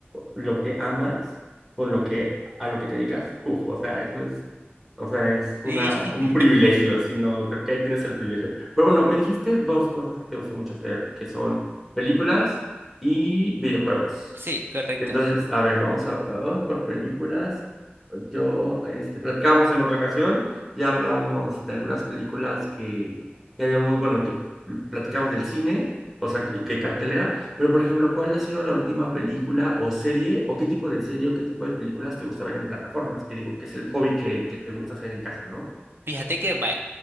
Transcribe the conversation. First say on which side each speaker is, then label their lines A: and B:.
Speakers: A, in the centre; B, on the right (about 65°).
A: lo que amas con lo que a lo que te dedicas, ¡puf! o sea, eso es, o sea, es
B: Sí,
A: una, un privilegio,
B: <laughs>
A: sino creo que ahí tienes el privilegio. Pero bueno, me dijiste dos cosas que te gusta mucho hacer, que son películas y videojuegos.
B: sí, correcto.
A: Entonces, a ver, vamos a, vamos por películas. Yo, este, platicábamos en otra ocasión, ya hablábamos de algunas películas que, que habíamos, bueno, que platicábamos del cine, o sea, que, que cartelera, pero por ejemplo, ¿cuál ha sido la última película o serie, o qué tipo de serie o qué tipo de películas te gusta ver en plataformas? Que digo, que es el hobby que, que te gusta hacer en casa, ¿no?
B: Fíjate que vaya,